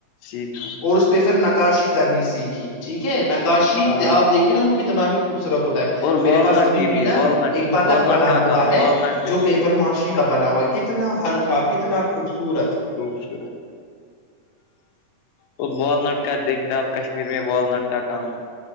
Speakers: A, on the left; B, on the left.
A: سیکھ
B: اور اس پہ پھر نکاشی کرنی سیکھی ٹھیک ہے نکاشی
A: ہاں
B: ت آپ دیکھیے نا وہ کتنا ہی خوبصورت ہوتا ہے
A: اور والنٹ
B: میرے پاس ابھی
A: کی
B: بھی نا
A: والنٹ
B: ایک بطخ
A: والنٹ
B: بنا
A: کا
B: ہوا
A: کام
B: ہے
A: والنٹ پہ
B: جو پی ماشی کا بنا ہوا کتنا ہلکا کتنا خوبصورت
A: خوبصورت اور والنٹ کا دیکھ رہے آپ کشمیر میں والنٹ کا کام